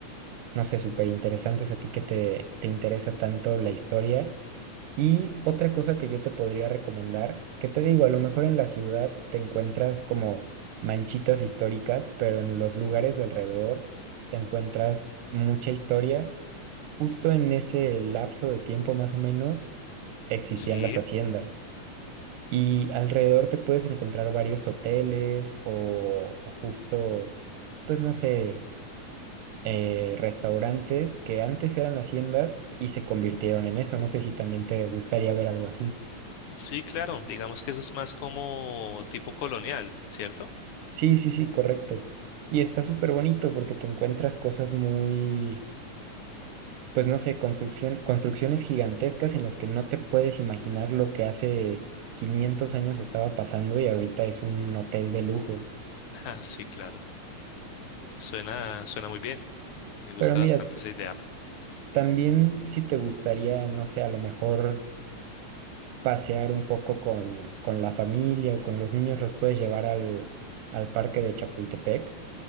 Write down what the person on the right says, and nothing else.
no sé, súper interesantes a ti que te, te interesa tanto la historia y otra cosa que yo te podría recomendar, que te digo, a lo mejor en la ciudad te encuentras como manchitas históricas, pero en los lugares de alrededor te encuentras mucha historia. Justo en ese lapso de tiempo más o menos existían
las haciendas y alrededor te puedes encontrar varios hoteles o, o justo, pues no sé, eh, restaurantes que antes eran haciendas y se convirtieron en eso. No sé si también te gustaría ver algo así.
Sí, sí, sí, correcto. Y está súper bonito porque te encuentras cosas muy, pues no sé, construcción, construcciones gigantescas en las que no te puedes imaginar lo que hace 500 años estaba pasando y ahorita es un hotel de lujo.
Pero mira,
también si te gustaría, no sé, a lo mejor pasear un poco con, con la familia o con los niños, los puedes llevar al, al parque de Chapultepec,